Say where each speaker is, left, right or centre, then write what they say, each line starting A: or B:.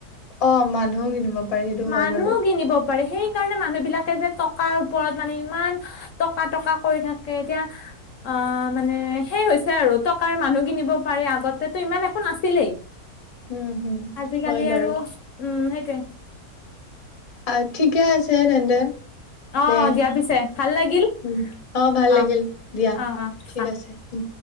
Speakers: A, on the left; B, on the left.
A: অ মানুহো কিনিব পাৰি সেইটো
B: মানুহও
A: হয় বাৰু
B: কিনিব সেইকাৰণে মানুহ বিলাকে যে, টকাৰ ওপৰত মানে ইমান টকা টকা কৰি থাকে, এতিয়া অ মানে, সেই হৈছে আৰু টকাৰ মানুহ কিনিব পাৰে আগতে ইমান একো নাছিলেই।
A: উম হম
B: আজিকালি
A: হয় বাৰু
B: আৰু উম, সেইটোৱেই।
A: আ, ঠিকেই আছে তেন্তে।
B: অ',
A: দে
B: দিয়া পিছে। ভাল লাগিল
A: উম অ ভাল
B: আহ,
A: লাগিল দিয়া
B: অ, অ,
A: ঠিক
B: আহ।
A: আছে উম